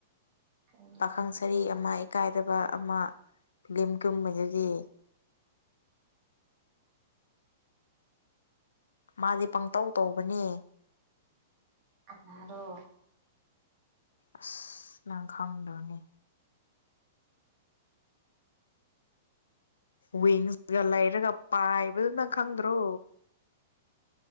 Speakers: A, on the right; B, on the left.
A: ꯀꯔꯤ
B: ꯄꯥꯈꯪ
A: ꯈꯪꯗꯕ
B: ꯁꯔꯤ ꯑꯃꯥ ꯏꯀꯥꯏ ꯐꯖꯕ ꯑꯃꯥ ꯐꯤꯂꯝꯀꯨꯝꯕꯗꯨꯗꯤ ꯃꯗꯤ ꯄꯪꯇꯧ ꯇꯧꯕꯅꯦ
A: ꯀꯅꯔꯣ
B: ꯑꯁ ꯅꯪ ꯈꯪꯗ꯭ꯔꫭꯅꯤ ꯋꯤꯡꯁꯒ ꯂꯩꯔꯒ ꯄꯥꯏꯕꯗꯨ ꯅꯪ ꯈꯪꯗ꯭ꯔꯣ